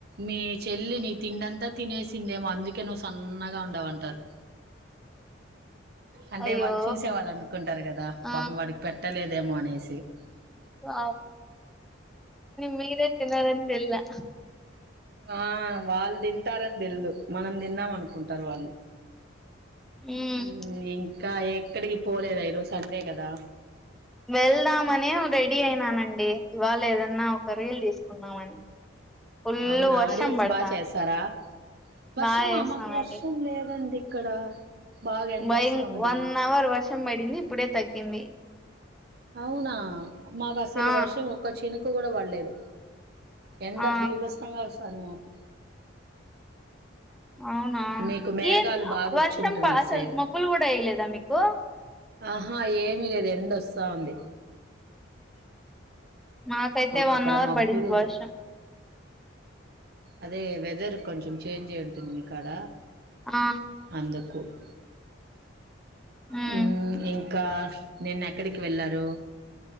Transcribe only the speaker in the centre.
అయ్యో
ఆ
వావ్ మీ తినరని తెల్లా
మ్మ్
వెళ్దామనే రెడీ అయినానండి ఇవాళ ఏదన్నా ఒక రీల్ తీసుకుందామని ఫుల్
వర్షం
పడతాంది
బాగా
చేస్తానండి
భయం వన్ అవర్ వర్షం పడింది ఇప్పుడే తగ్గింది
ఆ
ఆ
అవునా
ఏం
వర్షం ప
అసలు
మబ్బులు కూడా వేయలేదా మీకు
మాకైతే వన్
అవర్
పడింది వర్షం
ఆ
మ్మ్